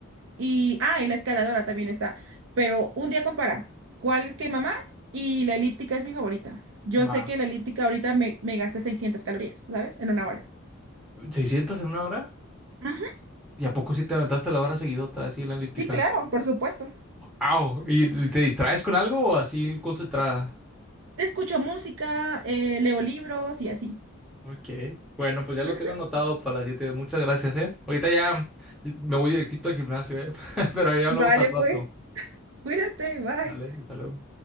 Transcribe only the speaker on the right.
y, ah, y la escaladora también está. Pero un día compara cuál quema más y la elíptica es mi favorita. Yo
sé que la elíptica ahorita me, me gasté 600 calorías, ¿sabes? En una hora.
Ujú.
Sí, claro, por supuesto.
Escucho música, eh, leo libros y así.
Ujú.
Vale,
pues. Cuídate, bye.